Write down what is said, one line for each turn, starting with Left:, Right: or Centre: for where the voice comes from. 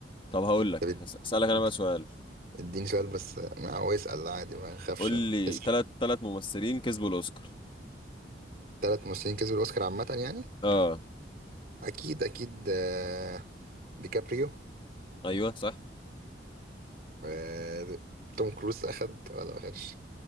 Left: طب هقول لك
Right: طب اد-
Left: هس- هسألك انا
Right: اد-
Left: بقى سؤال
Right: اديني سؤال بس ما هو اسال عادي ما اخافش
Left: قول
Right: انا
Left: لي
Right: اسال
Left: ثلاث ثلاث ممثلين كسبوا الاوسكار
Right: ثلاث ممثلين كسبوا الاوسكار عامه يعني
Left: اه
Right: اكيد اكيد آه، ديكابريو
Left: ايوه صح
Right: آه، توم كروز اخد ولا ما اخدش